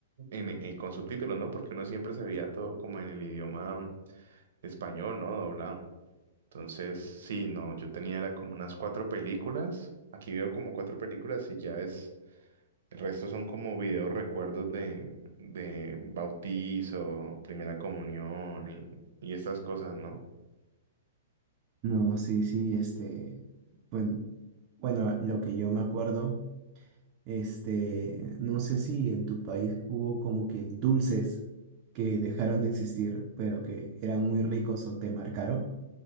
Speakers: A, on the right; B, on the right.
A: en, eh, con subtítulos, ¿no? Porque uno siempre se veía todo como en el idioma español, ¿no? Doblado. Entonces, sí, no, yo tenía era como unas cuatro películas. Aquí veo como cuatro películas y ya es, el resto son como videos recuerdos de, de bautizo, primera comunión y, y estas cosas, ¿no?
B: No, sí, sí, este, bueno, bueno, lo que yo me acuerdo, este, no sé si en tu país hubo como que dulces que dejaron de existir, pero que eran muy ricos o te marcaron.